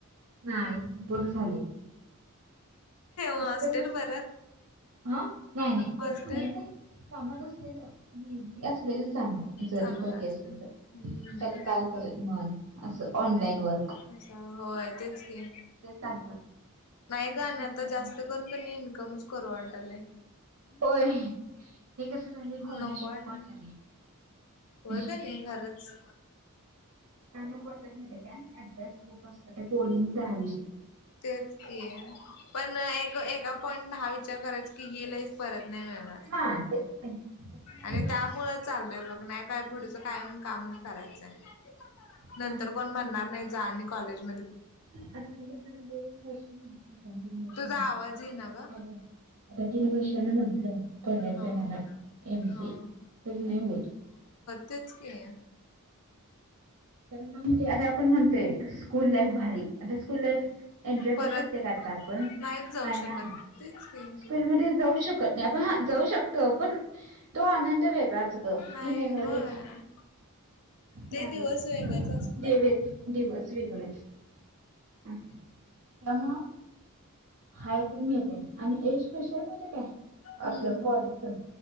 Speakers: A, on the right (about 65°); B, on the left (about 80°).
A: नाही बरं झालय. शेवटी
B: हॉस्टेल
A: कसं असतय,
B: बरं
A: आं नाही नाही
B: हॉस्टेल
A: ते पण नाही पण. कामात असलेलं. असलेलं चांगलं जरी
B: चांगलं
A: घरी
B: असत
A: असलं
B: हम्म
A: त. सते काम करे मन असं. Online work.
B: अच्छा होय तेचकी.
A: ते चांगलं
B: नाही गं आणि
A: हे
B: आता
A: पण आहे.
B: जास्त करून कनी इन्कमच करु वाटालंय.
A: होय. हे कसं झालंय कॉलेज
B: नको आय.
A: पट आली
B: व्हय
A: म्हणजे
B: कनी खरच.
A: का नको वाटय म्हइते काय अभ्यास खूप असतं पोरींचं हाविष्यक.
B: तेच की, पण एक एका पॉइंटन हा विचार करायचा की ही लाईफ परत नाही मिळणार.
A: हा ते तर आहे आता
B: आणि त्यामुळं चाललय बघ. नाही काय पुढचं कायम कामच करायचंय. नंतर
A: काम तर
B: कोण म्हणणार
A: करायचं
B: नाही जा आणि कॉलेज
A: <unintelligible> <unintelligible>
B: तुझा आवाज ये ना ग
A: हॅलो आता तीन वर्षानं आण करायचं
B: हा
A: आय मला एम
B: हा
A: सी ए तर नाही होत.
B: तेचकी.
A: का म्हणते आता आपण म्हणतोय स्कूल लाईफ भारी आता स्कूल लाईफ एन्जॉय
B: परत
A: करू शकते का आता आपण
B: नाहीच जाऊ
A: नाही ना
B: शकत की
A: स्कूलमध्ये जाऊ शकत नाही आपण जाऊ शकतो पण तो आनंद वेगळा ग
B: नाही
A: ती मेमोरी
B: होय ते
A: बारीच
B: दिवस वेगळेच असतात.
A: देवेच दिवस वेगळंच अच्छ ज्हा हाय ते मिळते आणि एज कशा मिळते काय
B: हम्म
A: आपलं कॉलेज